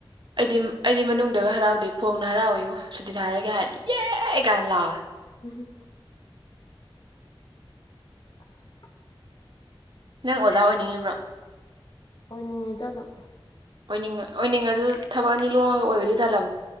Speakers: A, on the right; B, on the left.
A: ꯑꯩꯗꯤ ꯑꯩꯗꯤ ꯃꯅꯨꯡꯗꯒ ꯍꯔꯥꯎꯗꯦ ꯐꯣꯡꯅ ꯍꯔꯥꯎꯋꯦꯉꯣ ꯁꯨꯇꯤ ꯊꯔꯦꯒꯥ ꯍꯥꯏꯔꯒꯦ ꯍꯥꯏꯔꯗꯤ ꯌꯦ ꯀꯥꯏꯅ ꯂꯥꯎꯋꯦ
B: ꯍꯨꯝ <inaudible> <unintelligible>
A: ꯅꯪ ꯑꯣꯖꯥ ꯑꯣꯏꯅꯤꯡꯉꯤꯕ꯭ꯔꯣ
B: ꯑꯣꯏꯅꯤꯡꯉꯤꯗ ꯑꯗꯨꯝ
A: ꯑꯣꯏꯅꯤꯡꯉ ꯑꯣꯏꯅꯤꯡꯉꯁꯨ ꯊꯕꯛ ꯑꯅꯤ ꯂꯣꯡꯉꯒ ꯑꯣꯏꯕꯗꯤ ꯇꯥꯜꯂꯝꯃꯦ